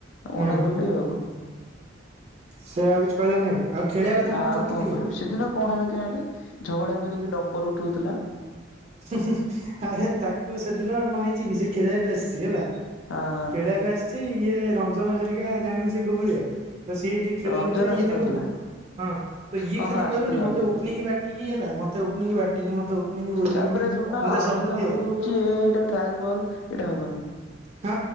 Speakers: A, on the left; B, on the right.
A: ମନା
B: ହୁଁ
A: କଲି ଆଉ
B: ସେ ଆଉ କିଛି କହିଲାନି ଆଉ ଆଉ ଖେଳିବା କଥା
A: ନା
B: କଣ ପଚାରୁଥୁଲା
A: କହିବି
B: କି ଆଉ?
A: ସେଦିନ କଣ ହେଲା କେୟାଣି ଝଗଡା କରିକି ଡମ୍ବଲ ଉଠୋଉଥୁଲା।
B: ହୁଁ ହୁଁ ଆରେ ତାକୁ ସେଦିନ କଣ ହେଇଚି କି ସେ ଖେଳିବାକୁ ଆସଚି ହେଲା
A: ହଁ ହଁ
B: ଖେଳବାକୁ ଆସଚି ଇଏ ରଞ୍ଜନ ହରିକା ଜାଣନୁ ସିଏ କୋଉ ଭଳିଆ। ତ ସିଏ ଟିକେ ଖେଳିଲା
A: ରଞ୍ଜନ
B: ଭିତରେ ଇଏ
A: ଆସିନଥିଲା
B: ତାକୁ ବ ହଁ ତ ଇଏ
A: ହଁ
B: ଖାଲି
A: ହଁ ଆସିଥିଲା
B: କହିବନି ମତେ
A: ବୋଧେ
B: ଓପନିଙ୍ଗ ବ୍ୟାଟିଂ ହେଲା ମତେ ଓପିନିଙ୍ଗ ବ୍ୟାଟିଂ ମତେ ଓପନିଙ୍ଗ ବୋଲିଂ
A: ତାପରେ ଶୁଣନା
B: ମତେ
A: ଆଉଟ୍
B: ସବୁ
A: ହେଲା
B: ଦିଅ
A: ପରେ କହୁଛି ଏ ଏଇଟା ଟ୍ରାଏଲ ବଲ୍ ଏଇଟା ହବନି।
B: ହଁ